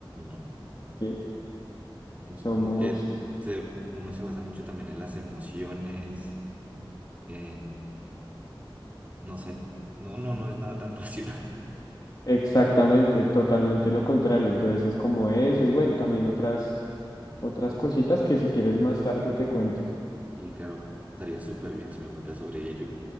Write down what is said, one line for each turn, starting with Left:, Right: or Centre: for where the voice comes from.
Right: No,
Left: Sí,
Right: no es como
Left: somos
Right: que se- uno se basa mucho también en las emociones, en, no sé, no, no, no, no es nada tan <laughs> racional.
Left: exactamente, totalmente lo contrario. Entonces es como eso y bueno, también otras, otras cositas que si quieres más tarde te cuento.
Right: Y claro, estaría súper bien si me cuentas sobre ello.